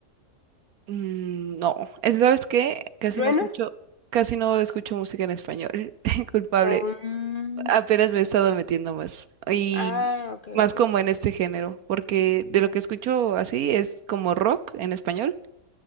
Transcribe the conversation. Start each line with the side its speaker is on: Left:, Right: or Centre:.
Right: Mm, no, es- ¿sabes qué? Casi
Left: Trueno.
Right: no escucho, casi no escucho música en español. <laughs> Culpable.
Left: o
Right: Apenas me he estado metiendo más. Y
Left: Ah, ok,
Right: más
Left: ok.
Right: como en este género, porque de lo que escucho así es como rock en español.